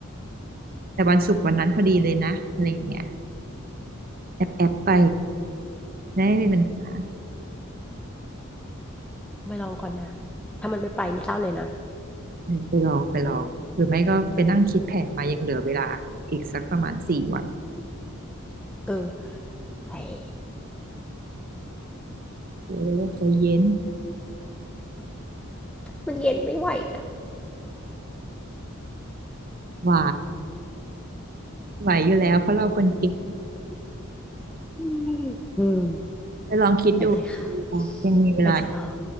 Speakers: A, on the right (about 45°); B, in the centre.
A: แต่วันศุกร์วันนั้นพอดีเลยนะอะไรอย่างเงี้ยแอบแอบไปได้ไม่เป็นปัญหา
B: ไปลองก่อนนะ ถ้ามันไม่ไปนี่เศร้าเลยนะ
A: เออไปลองไปลองหรือไม่ก็ไปนั่งคิดแผนมายังเหลือเวลาอีกสักประมาณสี่วัน
B: เออเฮ้ย
A: เออใจเย็น
B: <laughs> มันเย็นไม่ไหวนะ
A: ไหวไหวอยู่แล้วเพราะเราคนเก่ง
B: อืมอืม
A: ไปลองคิดดู
B: หายใจเข้า
A: ยังมีเวลา
B: หายใจออก